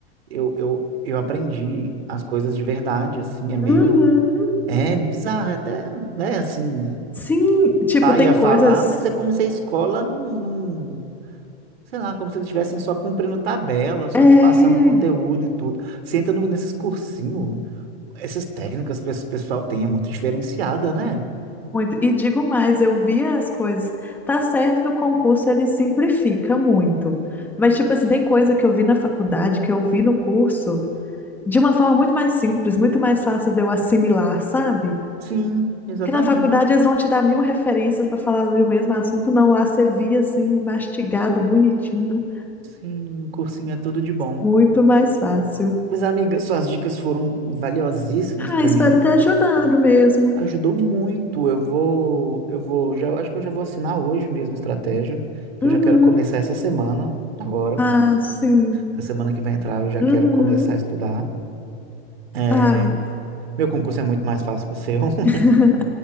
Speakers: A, on the right; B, in the centre.
A: eu, eu, eu aprendi as coisas de verdade, assim, é meio.
B: Uhum.
A: É bizarro, é até, né, assim,
B: Sim, tipo,
A: pai
B: tem
A: a falar,
B: coisas.
A: mas é como se a escola não, não- sei lá, como se eles estivessem só cumprindo tabela, só
B: É,
A: te passando conteúdo e tudo. Você entra no- nesses cursinhos, essas técnicas que esse pessoal tem é muito diferenciada, né?
B: muito. E digo mais, eu via as coisas. Tá certo que o concurso ele simplifica muito. Mas, tipo assim, tem coisa que eu vi na faculdade, que eu vi no curso, de uma forma muito mais simples, muito mais fácil de eu assimilar, sabe?
A: Sim, exatamente.
B: Porque na faculdade eles vão te dar mil referências para falar do mesmo assunto. Não, lá você via assim, mastigado, bonitinho.
A: Sim, cursinho é tudo de bom.
B: Muito mais fácil.
A: Mas, amiga, suas dicas foram valiosíssimas
B: Ah,
A: para
B: espero
A: mim.
B: ter ajudado mesmo.
A: Ajudou muito. Eu vou, eu vou, já acho que eu já vou assinar hoje mesmo a estratégia. que
B: Uhum.
A: Eu já quero começar essa semana agora.
B: Ah, sim.
A: Essa semana que vai entrar eu já
B: Uhum.
A: quero começar a estudar. É,
B: Ah,
A: meu concurso é muito mais fácil que o seu. <laughs>
B: <laughs>